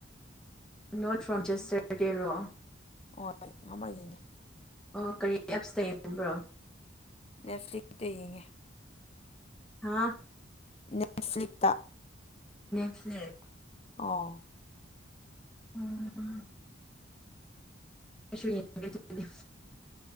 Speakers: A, in the centre; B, on the left.
A: ꯅꯣꯠ ꯐ꯭ꯔꯣꯝ ꯌꯦꯁꯇ꯭ꯔꯗꯦ ꯔꯣ
B: ꯍꯣꯏ ꯉꯝꯃ ꯌꯦꯡꯒꯦ
A: ꯑꯣ ꯀꯔꯤ ꯑꯦꯞꯁꯇ ꯌꯦꯡꯕ꯭ꯔꯣ
B: ꯅꯦꯠ ꯐ꯭ꯂꯤꯛ ꯇ ꯌꯦꯡꯉꯦ
A: ꯍꯥꯥ
B: ꯅꯦꯠꯐ꯭ꯂꯤꯛꯇ
A: ꯅꯦ
B: ꯑꯣ
A: ꯎꯝ ꯑꯩꯁꯨ ꯌꯦꯡꯒꯦ ꯑꯗꯨꯗꯤ